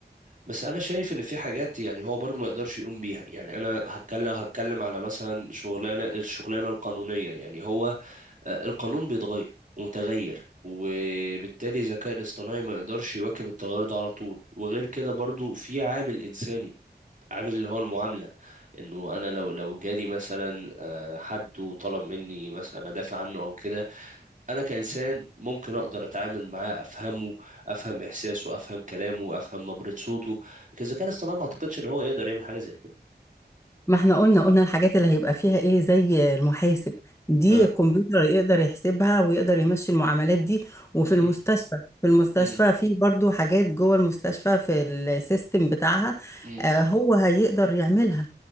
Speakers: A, on the right; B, on the left.
A: بس انا شايف ان في حاجات يعني هو برضو ما يقدرش يقوم بيها يعني انا هتكلم هتكلم على مثلا شغلانه الشغلانه القانونيه يعني هو آه، القانون بيتغير ومتغير وبالتالي الذكاء الاصطناعي ما يقدرش يواكب التغير ده على طول وغير كده برضو في عامل انساني عامل اللي هو المعامله انه انا لو لو جالي مثلا آه، حد وطلب مني مثلا ادافع عنه او كده انا كانسان ممكن اقدر اتعامل معاه افهمه افهم احساسه افهم كلامه افهم نبرة صوته لكن الذكاء الاصطناعي ما اعتقدش ان هو يقدر يعمل حاجة زي كده
B: ما احنا قلنا قلنا الحاجات اللي هيبقى فيها ايه زي المحاسب دي
A: اه
B: الكمبيوتر يقدر يحسبها ويقدر يمشي المعاملات دي وفي
A: امم
B: المستشفى في المستشفى
A: امم
B: في برضو حاجات جوه المستشفى في السيستم بتاعها
A: امم
B: آه هو هيقدر يعملها